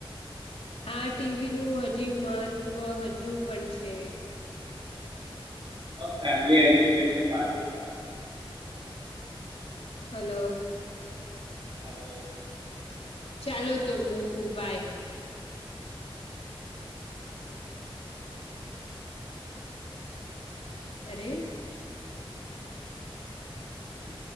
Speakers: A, on the left; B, on the right.
A: હા ટીવી નું હજી મહત્વ હજુ પણ છે.
B: ફેમિલી એન્ટરટટેનમેન્ટ માટે <unintelligible>
A: હલો
B: હલો
A: ચાલો તો મૂકું બાય અરે
B: હમ